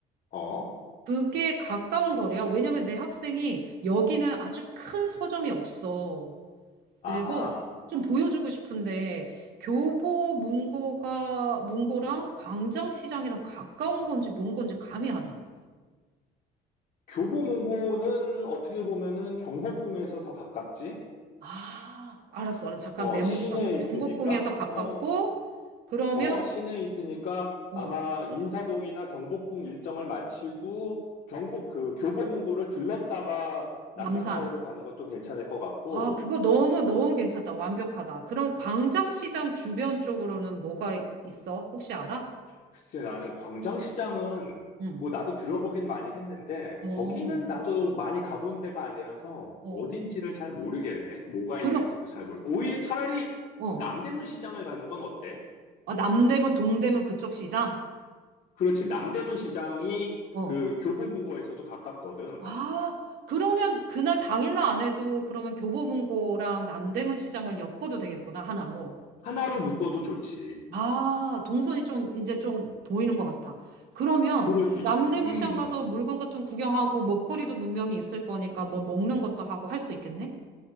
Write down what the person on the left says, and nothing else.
어,
아하.
교보문고는 어떻게 보면은 경복궁에서 더 가깝지?
어,
시내에
있으니까.
어.
어, 시내에 있으니까
아마 인사동이나 경복궁 일정을 마치고 경복 그 교보문고를 들렀다가
남산타워를 가는 것도 괜찮을 것 같고
글쎄 나는 광장시장은
뭐 나도 들어보긴 많이 했는데
거기는 나도 많이 가본 데가 아니라서
어딘지를 잘 모르겠네. 뭐가
있는지도 잘 모르고 오히려 차라리
남대문 시장을 가는 건 어때?
그렇지. 남대문 시장이
그 교보문고에서도 가깝거든.
하나로 묶어도 좋지.
그럴 수 있지.
음.